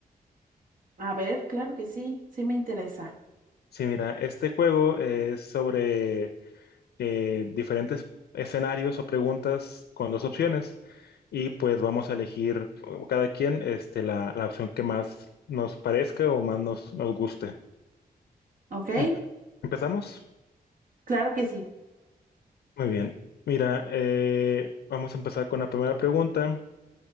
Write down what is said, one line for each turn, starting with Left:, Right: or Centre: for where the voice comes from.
Right: A ver, claro que sí, sí me interesa.
Left: Sí, mira, este juego es sobre eh, diferentes escenarios o preguntas con dos opciones y pues vamos a elegir eh, cada quien este, la, la opción que más nos parezca o más nos, nos guste.
Right: ¿Ok?
Left: Em- ¿Empezamos?
Right: Claro que sí.
Left: Muy bien. Mira, eh, vamos a empezar con la primera pregunta.